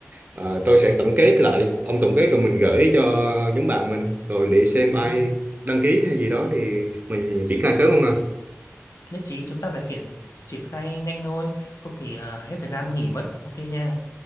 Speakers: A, on the right (about 35°); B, on the left (about 90°).
A: ờ, tôi sẽ tổng kết lại, ông tổng kết rồi mình gửi cho nhóm bạn mình rồi để xem ai
B: Ừ.
A: đăng ký hay gì đó thì mình triển khai sớm không à?
B: nhất trí chúng ta phải khiển triển khai nhanh thôi không thì à, hết thời gian nghỉ mất ok nha